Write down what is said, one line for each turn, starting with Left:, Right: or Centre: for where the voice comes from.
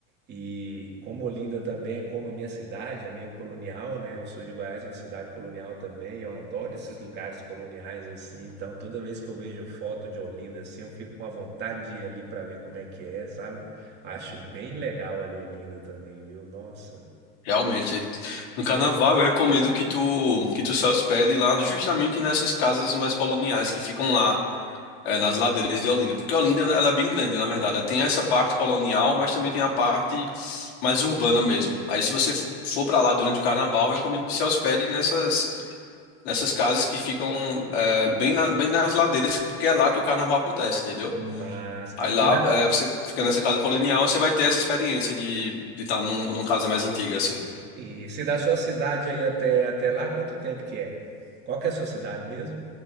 Right: E como Olinda também é como a minha cidade, é meio colonial, né? Eu sou de Goiás, uma cidade colonial também. Eu adoro esses lugares coloniais assim. Então, toda vez que eu vejo foto de Olinda assim, eu fico com a vontade de ir ali para ver como é que é, sabe? Acho bem legal ali Olinda também, viu? Nossa,
Left: Realmente, no carnaval eu recomendo que tu que tu se hospede lá justamente nessas casas mais coloniais que ficam lá eh, nas ladeiras de Olinda, porque Olinda né, ela é bem grande, na verdade, ela tem essa parte colonial, mas também tem a parte mais urbana mesmo. Aí se você fo- for para lá durante o carnaval, eu recomendo que se hospede nessas nessas casas que ficam eh, bem na- bem nas ladeiras, porque é lá que o carnaval acontece, entendeu?
Right: massa.
Left: Aí lá,
Right: E da
Left: eh, você fica nessa casa colonial, você vai ter essa experiência de estar de tá num, numa casa mais antiga, assim.
Right: e se da sua cidade aí até até lá, quanto tempo que é? Qual que é a sua cidade mesmo?